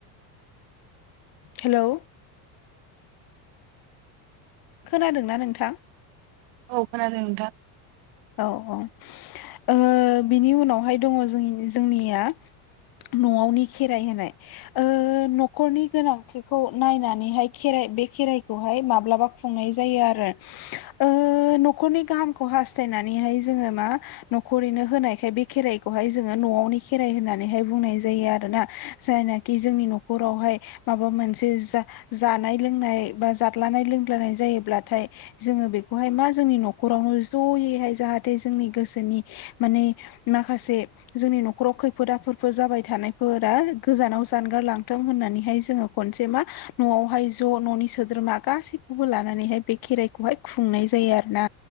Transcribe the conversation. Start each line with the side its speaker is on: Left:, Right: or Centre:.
Left: हेलौ खोनादोंना नोंथां?
Right: औ खोनादों नोंथां।
Left: औ औ ओ बिनि उनावहाय दङ जोंनि जोंनिया न'आवनि खेराइ होनाय ओ न'खरनि गोनांथिखौ नायनानैहाय खेराइ बे खेराइखौहाय माब्लाबा खुंनाय जायो आरो ओ न'खरनि गाहामखौ हास्थायनानैहाय जोङो मा न'खरैनो होनायखाय बे खेराइखौहाय जोङो न'आवनि खेराइ होननानैहाय बुंनाय जायो आरोना जायनाखि जोंनि न'खरावहाय माबा मोनसे जा जानाय लोंनाय बा जादलानाय लोंग्लानाय जायोब्लाथाय जोङो बेखौहाय मा जोंनि न'खरावनो ज'यैहाय जाहाथे जोंनि गोसोनि माने माखासे जोंनि न'खराव खैफोद आफोदफोर जाबाय थानायफोरा गोजानाव जानगार लांथों होननानैहाय जोङो खनसे मा न'आवहाय ज' न'नि सोद्रोमा गासैखौबो लानानैहाय बे खेराइखौहाय खुंनाय जायो आरो ना